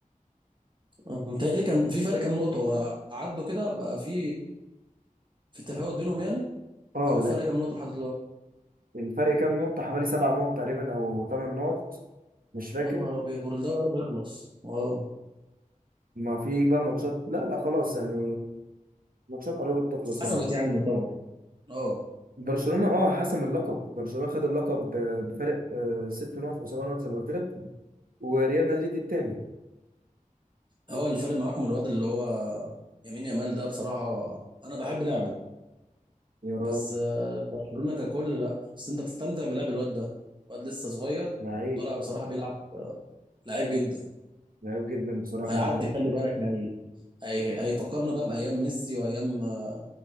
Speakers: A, on the right (about 35°); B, on the right (about 90°).
A: آه، متهيألي كان في فرق كام نقطة وعدوا كده بقى في في تفاوت بينهم يعني
B: اه
A: او فرق
B: لا
A: كام نقطة لحد دلوقتي
B: الفرق كام نقطه حوالي سبع نقط تقريبا او ثمان نقط مش فاكر
A: يا نهار ابيض دول الدوري قرب يخلص اه
B: ما في بقى ماتشات لا لا خلاص يعني ماتشات قربت تخلص فعلا
A: حسمت يعني طبعا اه
B: برشلونه اه حسم اللقب برشلونه خد اللقب ب- بفرق آه، ست نقط او سبع نقط زي ما قلت لك وريال مدريد التاني
A: هو اللي فارق معاكم الواد اللي هو يمين يامال ده بصراحة أنا بحب لعبه
B: يا راجل
A: بس آه، برشلونة ككل لا بس انت تستمتع بلعب الواد ده واد لسه صغير
B: لعيب
A: طالع بصراحة بيلعب لعيب جدا
B: لعيب جدا بصراحة
A: هيعدي
B: يعني
A: خلي بالك هي... هي... هيفكرنا بقى بأيام ميسي وأيام آه،